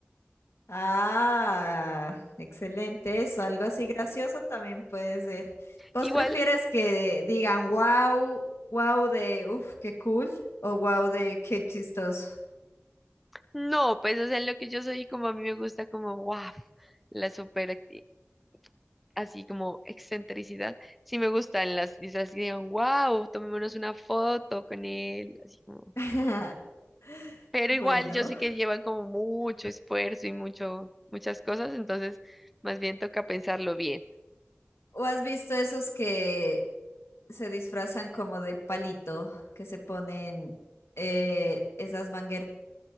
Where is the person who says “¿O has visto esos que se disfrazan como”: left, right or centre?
Left